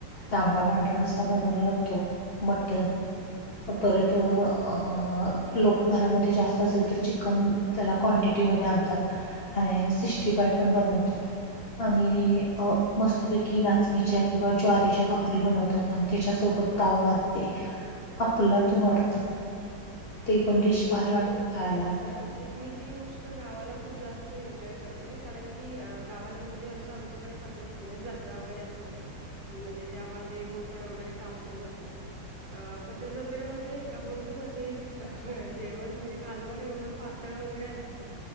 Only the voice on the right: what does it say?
बरोबर
हो
म्हणजे
मला मी ती गोष्ट गावाला खूप जास्त एन्जॉय करते कारण की गावाला म्हणजे अशा आमच्याकडे पद्धत हो जत्रा वगैरे असतात म्हणजे तेव्हा ते बोकड वगैरे कापलं जातं. अ पण त्या जत्रेमध्ये बोलतात ना ते. जेवण म्हणजे कालवण एवढं पातळ वगैरे असतं.